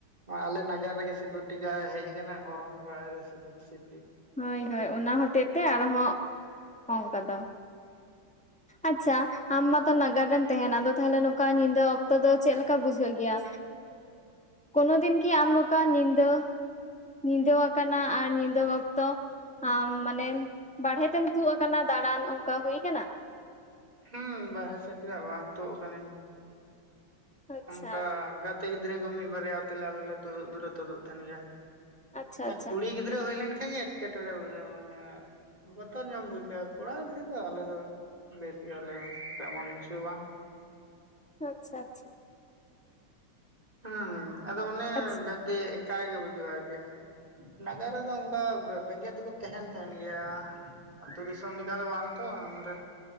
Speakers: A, on the right; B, in the centre.
A: ᱟᱞᱮ ᱱᱟᱜᱟᱨ ᱨᱮᱜᱮ ᱥᱤᱠᱩᱨᱤᱴᱤ ᱜᱟᱲ ᱦᱮᱡ ᱟᱠᱟᱱᱟ ᱚᱨᱚᱝ ᱵᱟᱲᱟᱭ ᱫᱟᱭ ᱥᱩᱫᱩ ᱥᱤᱴᱤ
B: ᱦᱳᱭ ᱦᱳᱭ ᱚᱱᱟ ᱦᱚᱛᱮᱜ ᱛᱮ ᱟᱨᱦᱚᱸ ᱚᱝᱠᱟ ᱫᱚ ᱟᱪᱪᱷᱟ ᱟᱢ ᱢᱟ ᱱᱟᱜᱟᱨ ᱨᱮᱢ ᱛᱟᱦᱮᱱ ᱟᱫᱚ ᱛᱟᱦᱞᱮ ᱱᱚᱝᱠᱟ ᱧᱤᱫᱟᱹ ᱚᱠᱛᱚ ᱫᱚ ᱪᱮᱫ ᱞᱮᱠᱟ ᱵᱩᱡᱷᱟᱹᱜ ᱜᱮᱭᱟ ᱠᱳᱱᱳ ᱫᱤᱱ ᱠᱤ ᱟᱢ ᱱᱚᱠᱟ ᱧᱤᱫᱟᱹ ᱧᱤᱫᱟᱹᱣᱟ ᱠᱟᱱᱟ ᱟᱨ ᱧᱤᱫᱟᱹ ᱛᱚ ᱟᱢ ᱢᱟᱱᱮ ᱵᱟᱲᱦᱮ ᱛᱮᱢ ᱛᱩᱫ ᱟᱠᱟᱱᱟ ᱫᱟᱬᱟᱱ ᱚᱝᱠᱟ ᱦᱩᱭ ᱟᱠᱟᱱᱟ
A: ᱦᱩᱸ ᱵᱟᱨᱦᱮ ᱥᱮᱫ ᱪᱮᱫᱟᱜ ᱵᱟᱝ ᱛᱩᱜ ᱟᱠᱟᱱᱤᱧ
B: ᱟᱪᱪᱷᱟ
A: ᱚᱝᱠᱟ ᱜᱟᱛᱮ ᱜᱤᱫᱽᱨᱟᱹ ᱠᱚ ᱢᱤᱫ ᱵᱟᱨᱭᱟ ᱛᱮᱞᱮ ᱟᱞᱮ ᱞᱮ ᱛᱩᱫᱩᱜ ᱫᱚᱞᱮ ᱛᱩᱫᱩᱜ ᱛᱟᱦᱮᱱ ᱜᱮᱭᱟ
B: ᱟᱪᱪᱷᱟ
A: ᱦᱮᱸ
B: ᱟᱪᱪᱷᱟ
A: ᱠᱩᱲᱤ ᱜᱤᱫᱽᱨᱟᱹ ᱦᱩᱭ ᱞᱮᱱᱠᱷᱟᱱ ᱜᱮ ᱮᱴᱠᱮᱴᱚᱬᱮ ᱵᱩᱡᱷᱟᱹᱣᱟ ᱩᱱᱟᱹᱜ᱾ ᱵᱚᱛᱚᱨ ᱧᱟᱢ ᱵᱩᱡᱟ ᱠᱚᱲᱟ ᱜᱤᱫᱽᱨᱟᱹ ᱫᱚ ᱟᱞᱮ ᱫᱚ ᱵᱮᱥ ᱜᱮᱭᱟᱞᱮ ᱛᱮᱢᱚᱱ ᱠᱤᱪᱷᱩ ᱵᱟᱝ᱾
B: ᱟᱪᱪᱷᱟ, ᱟᱪᱪᱷᱟ,
A: ᱦᱮᱸ ᱟᱫᱚ ᱚᱱᱮ
B: ᱟᱪᱪᱷᱟ
A: ᱜᱟᱡᱫᱮ ᱮᱠᱟᱭ ᱜᱮ ᱵᱩᱡᱩᱜᱼᱟ ᱡᱮ ᱱᱟᱜᱟᱨ ᱨᱮᱫᱚ ᱚᱱᱠᱟ ᱵᱮᱸᱜᱮᱫ ᱫᱚᱠᱚ ᱛᱟᱦᱮᱱ ᱛᱟᱦᱮᱱ ᱜᱮᱭᱟ᱾ ᱟᱹᱛᱩ ᱫᱤᱥᱚᱢ ᱞᱮᱠᱟ ᱫᱚ ᱵᱟᱝ ᱛᱚ ᱱᱚᱰᱮᱼᱼ